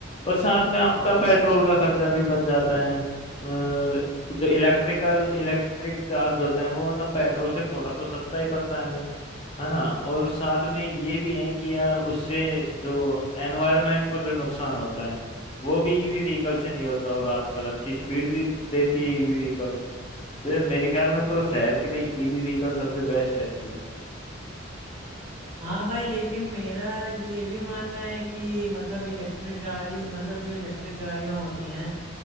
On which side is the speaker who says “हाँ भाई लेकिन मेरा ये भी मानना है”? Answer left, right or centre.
Right